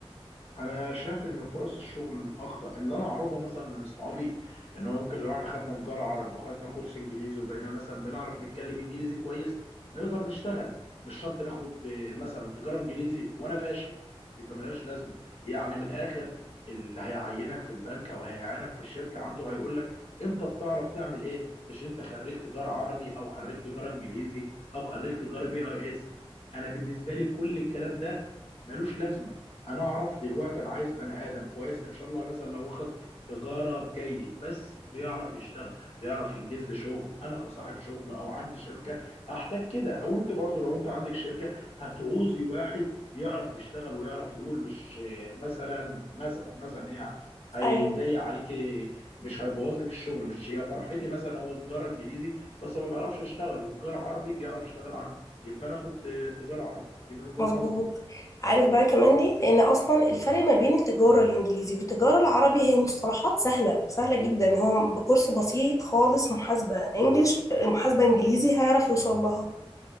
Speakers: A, on the left (about 75°); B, on the left (about 30°).
A: انا شايف ان فرص الشغل الاخطر اللي انا اعرفه مثلا من اصحابي ان هو يمكن لو احنا خدنا تجاره عربي وخدنا كورس انجليزي وبقينا مثلا بنعرف نتكلم انجليزي كويس نقدر نشتغل مش شرط ناخد آه، مثلا تجاره انجليزي وانا فاشل يبقى ملهاش لازمه يعني من الاخر اللي هيعينك في البنك او هيعينك في الشركه عنده هيقول لك انت بتعرف تعمل ايه مش انت خريج تجاره عربي او خريج تجاره انجليزي او خريج تجاره بي اي اس انا بالنسبه لي كل الكلام ده ملوش لازمه انا اعرف دلوقتي انا عايز بني ادم كويس ان شاء الله مثلا لو واخد تجاره جيد بس بيعرف يشتغل بيعرف ينجز لي شغل انا كصاحب شغل او عندي شركه هحتاج كده او انت برضو لو انت عندك شركه هتعوزي واحد يعرف يشتغل ويعرف يقول مش آه، مثلا مثلا مثلا يعني هيضيق
B: ايوه
A: عليكي مش هيبوظ لك الشغل مش هي فرحتي مثلا هو تجاره انجليزي بس ما بيعرفش يشتغل وتجاره عربي بيعرف يشتغل عنه يبقى انا اخد آه، تجاره عربي دي من وجهه
B: مظبوط
A: نظري
B: عارف بقى كمان ليه لان اصلا الفرق ما بين التجاره الانجليزي والتجاره العربي هي مصطلحات سهله سهله جدا هو بكورس بسيط خالص محاسبه انجليش محاسبه انجليزي هيعرف يوصل لها